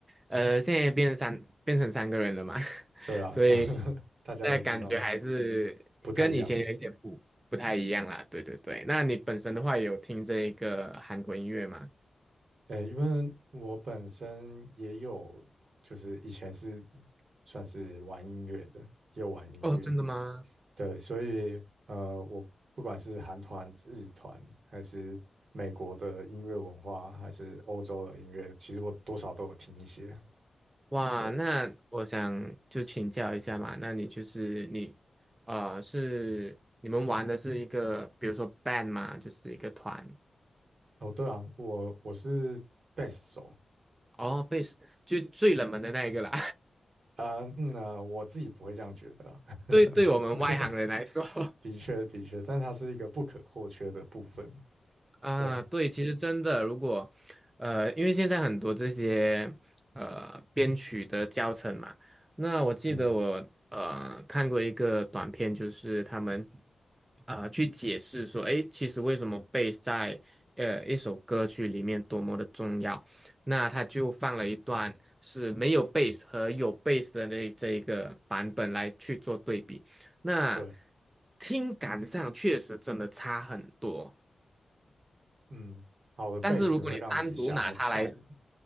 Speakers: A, on the right (about 20°); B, on the right (about 65°).
A: 呃，现在变三变成三个人了嘛，<laughs>
B: <laughs> 对啊，
A: 所以
B: <laughs> 大家都知道
A: 那感觉还是跟以前有一些不不太一样啦。
B: 不太一样。
A: 对对对，那你本身的话有听这一个韩国音乐吗？
B: 诶，因为我本身也有，就是以前是算是玩音乐的，也有玩音乐，
A: 哦，真的吗？
B: 对，所以呃，我不管是韩团、日团，还是美国的音乐文化，还是欧洲的音乐，其实我多少都有听一些，
A: 哇，
B: 对。
A: 那我想就请教一下嘛，那你就是你，呃，是你们玩的是一个，比如说 band 嘛，就是一个团，
B: 哦，对啊，我我是贝斯手
A: 哦，贝斯就最冷门的那一个啦，
B: 啊，嗯啊，我自己不会这样觉得啊
A: <laughs> 对，对我们外行人来说。
B: <laughs>
A: <laughs>
B: 的确的确，但它是一个不可或缺的部分，
A: 啊，
B: 对，
A: 对，其实真的，如果呃，因为现在很多这些呃编曲的教程嘛，那我记得我呃看过一个短片，
B: 嗯，
A: 就是他们啊、呃去解释说，诶，其实为什么 b a s 斯在呃一首歌曲里面多么的重要，那他就放了一段是没有 b a s 斯和有 b a s 斯的那这一个版本来去做对比，那
B: 对，
A: 听感上确实真的差很多。
B: 嗯，好的贝斯会让你想要跳舞，
A: 但是如果你单独拿它来说，